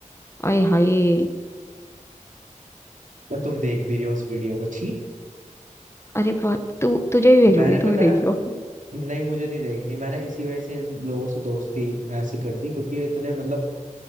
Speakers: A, on the left; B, on the right.
A: आए हाय
B: तो तुम देख भी रहे हो उस वीडियो को छी
A: अरे बा- तू तुझे भी भेजूंगी
B: मैंने पता
A: तू भी देखियो
B: है नहीं मुझे नहीं देखनी मैंने इसी वजह से इन लोगों से दोस्ती ऐसी कर दी क्योंकि ये इतने मतलब